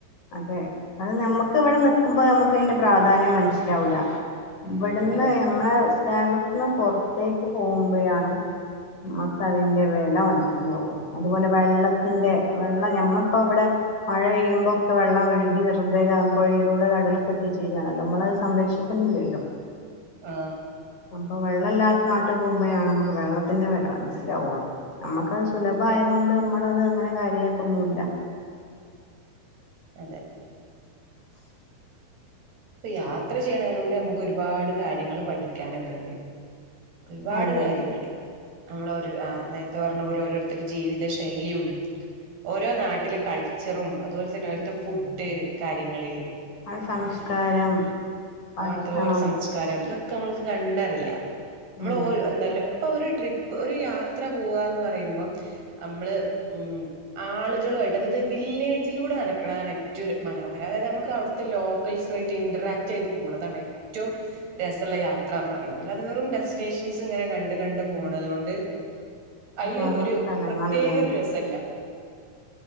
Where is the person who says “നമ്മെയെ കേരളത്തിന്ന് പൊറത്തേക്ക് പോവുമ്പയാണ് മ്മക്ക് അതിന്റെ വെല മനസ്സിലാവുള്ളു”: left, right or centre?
Left